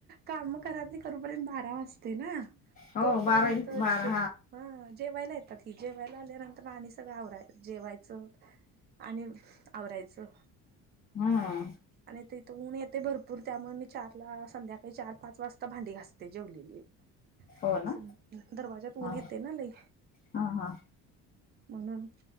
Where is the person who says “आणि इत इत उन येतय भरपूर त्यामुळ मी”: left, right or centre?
Right